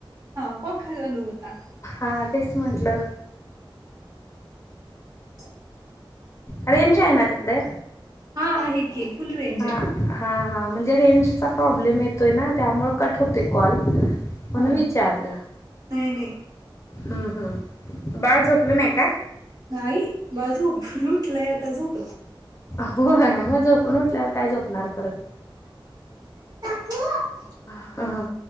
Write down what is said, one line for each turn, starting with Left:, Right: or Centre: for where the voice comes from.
Right: हा पंखा चालू होता.
Left: हा तेच म्हटलं.
Right: ह <inaudible>
Left: रेंज आहे ना तिकड?
Right: हा आहे की. फुल रेंज
Left: हा
Right: आहे
Left: हा हा म्हणजे रेंजचा प्रॉब्लेम येतोय ना? त्यामुळे कट होतोय कॉल. म्हणून
Right: हा
Left: विचारलं
Right: नाही नाही
Left: हू हू. बाळ झोपलं नाही का?
Right: नाही बाळ झोपून उठलंय आता झोप
Left: होय, मग झोपून उठल्यावर काय झोपणार परत?
Right: <inaudible>
Left: हा.